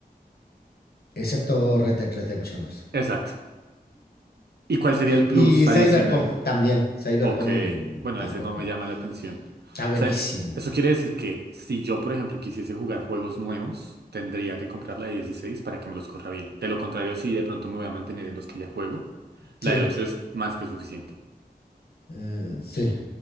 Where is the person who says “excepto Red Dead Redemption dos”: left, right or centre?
Left